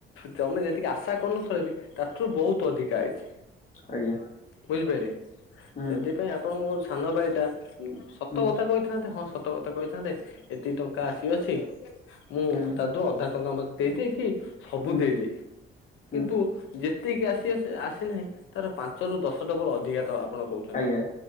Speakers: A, on the left; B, on the left.
A: ତମେ ଯେତିକି ଆଶା କରୁ ନ ଥିଲ ବି ତାଠରୁ ବହୁତ ଅଧିକା ଆଇଚି।
B: ଆଜ୍ଞା
A: ବୁଝିପାରିଲେ
B: ହୁଁ
A: ସେଥିପାଇଁ ଆପଣଙ୍କ ଯୋଉ ସାନ ବାଇଟା ସତ
B: ହୁଁ
A: କଥା କହିଥାନ୍ତେ ହଁ ସତ କଥା କହିଥାନ୍ତେ ଏତିକି ଟଙ୍କା ଆସିଅଛି। ମୁଁ
B: ହୁଁ
A: ତା ଦୁଉ ଅଧା ଟଙ୍କା ଦେଇଦେ କି ସବୁ
B: ହୁଁ
A: ଦେଇଦେ
B: ହୁଁ
A: କିନ୍ତୁ ଯେତିକି ଆସିବା ଆସିନାହିଁ ତାର ପାଞ୍ଚରୁ ଦଶ ଡବଲ ଅଧିକା ତ ଆପଣ କହୁଛନ୍ତି।
B: ଆଜ୍ଞା